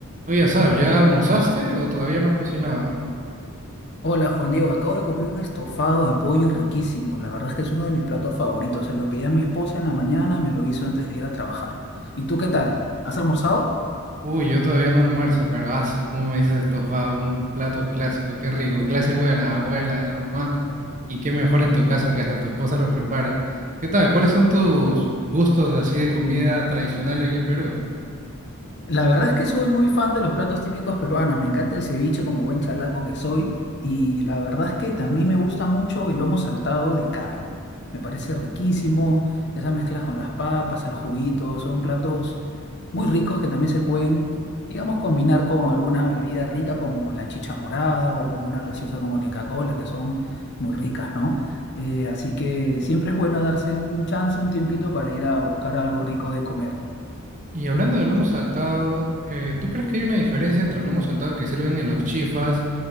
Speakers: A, on the right; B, on the left.
A: Oye, Asaf, ¿ya almorzaste o todavía no has cocinado?
B: Hola Juan Diego, acabo de comer un estofado de pollo riquísimo. La verdad es que es uno de mis platos favoritos. Se lo pedí a mi esposa en la mañana, me lo hizo antes de ir a trabajar. ¿Y tú qué tal? ¿Has almorzado?
A: Uy, yo todavía no almuerzo, pero asu, ¿cómo me dices estofado? Un plato clásico, qué rico, clásico de las abuelas, de la mamá. Y qué mejor en tu caso que hasta tu esposa lo prepara. ¿Qué tal? ¿Cuáles son tus gustos así de comida tradicional aquí en Perú?
B: La verdad es que soy muy fan de los platos típicos peruanos. Me encanta el ceviche como buen chalaco que soy. Y la verdad es que también me gusta mucho el lomo saltado de carne. Me parece riquísimo. Esas mezclas con las papas, el juguito, son platos muy ricos que también se pueden, digamos, combinar con alguna bebida rica como la chicha morada o como una gaseosa como la Inca-Cola, que son muy ricas, ¿no? Eh, así que siempre es bueno darse un chance, un tiempito para ir a buscar algo rico de comer.
A: Y hablando del lomo saltado, eh, ¿tú crees que hay una diferencia entre el lomo saltado que sirven en los chifas